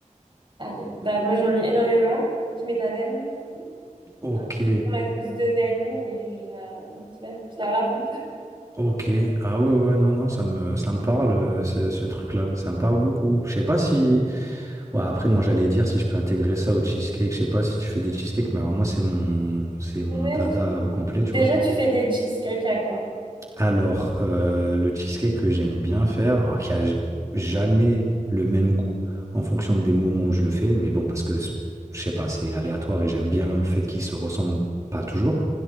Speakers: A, on the right (about 40°); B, on the right (about 25°).
A: Ah oui. Bah, moi, j'en mets énormément. Je mets de la vanille aussi.
B: Ok,
A: Ah, Je prends ma gousse de vanille et je la, tu vois, je la râpe un peu.
B: ok. Ah ouais, ouais, non, non, ça me, ça me parle, euh, ce, ce truc-là, ça me parle beaucoup. Je sais pas si... Ouais, après, non, j'allais dire si je peux intégrer ça au cheesecake, je sais pas si tu fais des cheesecakes, mais alors moi, c'est mon, c'est mon
A: Ouais.
B: dada euh, complet, tu
A: Déjà,
B: vois.
A: tu fais des cheesecakes à quoi?
B: Alors, euh, le cheesecake que j'aime bien faire, alors qui a j- jamais le même goût en fonction des moments où je le fais, mais bon, parce que c- je sais pas, c'est aléatoire et j'aime bien le fait qu'il se ressemble pas toujours.